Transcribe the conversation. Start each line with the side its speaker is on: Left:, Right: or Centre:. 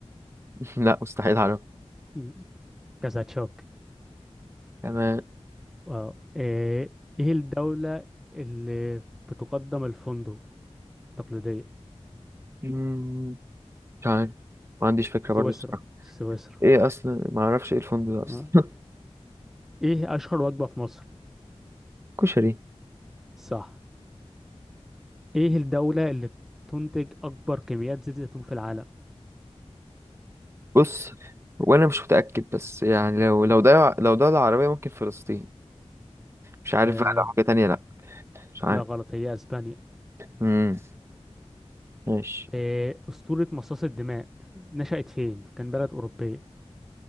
Right: <laughs> لا مستحيل أعرف
Centre: مم، كازاتشوك
Right: تمام
Centre: اه ايه ايه الدوله اللي بتقدم الفندق التقليديه
Right: مم، مش عارف ما عنديش فكرة
Centre: سويسرا
Right: برضو الصراحة
Centre: سويسرا
Right: ايه اصلا ما اعرفش ايه الفندق ده اصلا
Centre: اه ايه اشهر وجبه في مصر
Right: كشري
Centre: صح ايه الدوله اللي بتنتج اكبر كميات زيت زيتون في العالم
Right: بص وانا مش متأكد بس يعني لو لو ده لو ده العربية ممكن فلسطين مش عارف
Centre: آه،
Right: بقى لو حاجة تانية لا مش عارف
Centre: لا غلط هي اسبانيا
Right: امم ماشي
Centre: إيه، اسطورة مصاص الدماء نشأت فين كان بلد اوروبية